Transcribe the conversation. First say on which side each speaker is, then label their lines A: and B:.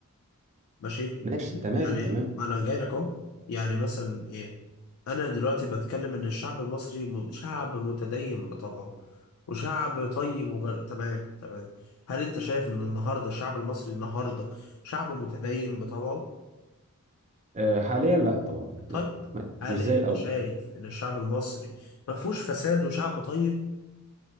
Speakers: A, on the left; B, on the right.
A: ماشي
B: ماشي تمام
A: يعني
B: تمام
A: ما انا جاي لك اهو يعني مثلا ايه انا دلوقتي بتكلم ان الشعب المصري م- شعب متدين بطبعه وشعب طيب وغير تمام تمام هل انت شايف ان النهارده الشعب المصري النهارده شعب متدين بطبعه
B: آه، حاليا لا طبعا
A: طيب
B: لا
A: هل
B: مش زي
A: انت
B: الاول
A: شايف ان الشعب المصري ما فيهوش فساد وشعب طيب